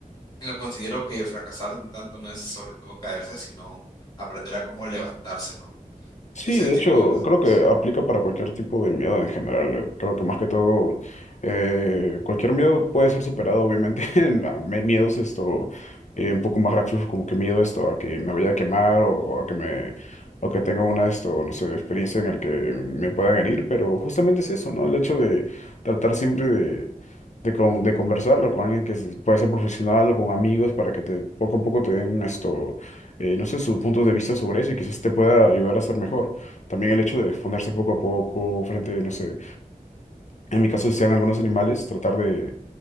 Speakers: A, on the left; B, on the left.
A: lo considero que fracasar en tanto no es sobre todo caerse, sino aprender a cómo levantarse, ¿no?
B: Sí,
A: Ese
B: de
A: tipo
B: hecho,
A: de cosas
B: creo
A: pienso.
B: que aplica para cualquier tipo de miedo en general. eh, Creo
A: Ujú.
B: que más que todo, eh, cualquier miedo puede ser superado, obviamente. <laughs> en- a- me- Miedos esto, eh, un poco más gráficos, como que miedo esto a que me vaya a quemar o a que me, o que tenga una esto, no sé, experiencia en el que me puedan herir, pero justamente es eso, ¿no? El hecho de tratar siempre de, de, con- de conversarlo con alguien que se- puede ser profesional o con amigos para que te, poco a poco te den esto eh, no sé, sus puntos de vista sobre eso y quizás te pueda ayudar a ser mejor. También el hecho de exponerse poco a poco frente, no sé, en mi caso si sean algunos animales, tratar de,